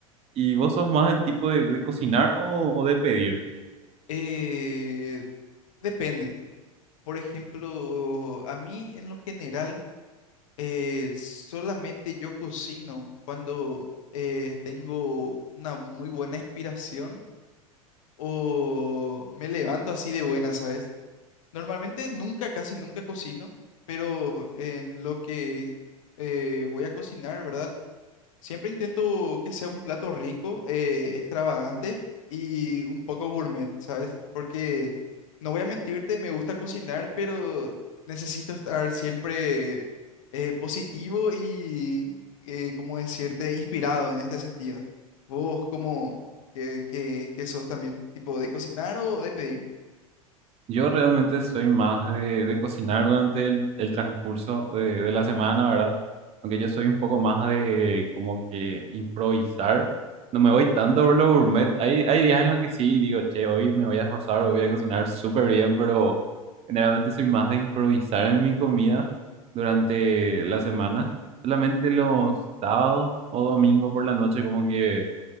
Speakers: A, on the right; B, on the left.
A: ¿Y vos sos más el tipo de, de cocinar o, o de pedir?
B: eh, depende. Por ejemplo, a mí en lo general, eh, solamente yo cocino cuando eh, tengo una muy buena inspiración o me levanto así de buena, ¿sabes? Normalmente nunca, casi nunca cocino, pero en lo que eh, voy a cocinar, ¿verdad? Siempre intento que sea un plato rico, eh, extravagante y un poco gourmet, ¿sabes? Porque no voy a mentirte, me gusta cocinar, pero necesito estar siempre eh, positivo y, eh, ¿cómo decirte?, inspirado en este sentido. ¿Vos cómo que, que, que sos también? ¿Tipo de cocinar o de pedir?
A: Yo realmente soy más de, de cocinar durante el, el transcurso de, de la semana, ¿verdad? Aunque yo soy un poco más de como que improvisar. No me voy tanto por lo gourmet. Hay, hay días en los que sí, digo, che, hoy me voy a esforzar, hoy voy a cocinar súper bien, pero generalmente soy más de improvisar en mi comida durante la semana. Solamente los sábados o domingo por la noche como que